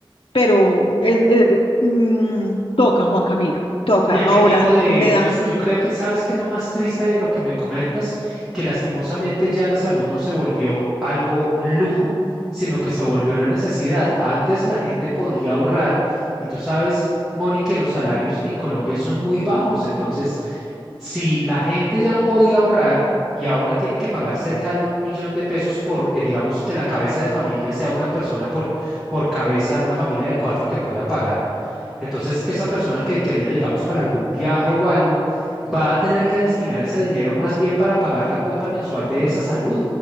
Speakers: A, on the left; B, in the centre.
A: pero es- es- mm, toca, Juan Camilo, toca.
B: ¿Y a
A: Ahora
B: qué tipo de...?
A: me da,
B: Yo sí, yo creo que sabes que es lo más triste de lo que me comentas, que lastimosamente ya la salud no se volvió algo, un lujo, sino que se volvió una necesidad. Antes la gente podía ahorrar y tú sabes, Moni, que los salarios en Colombia son muy bajos. Entonces, si la gente ya no podía ahorrar y ahora tiene que pagar cerca de un millón de pesos por, eh, digamos, que la cabeza de familia sea una persona por, por cabeza, una familia de cuatro que pueda pagar entonces, esa persona que quería, digamos, para algún viaje o algo, va a tener que destinar ese dinero más bien para pagar la cuota mensual de esa salud.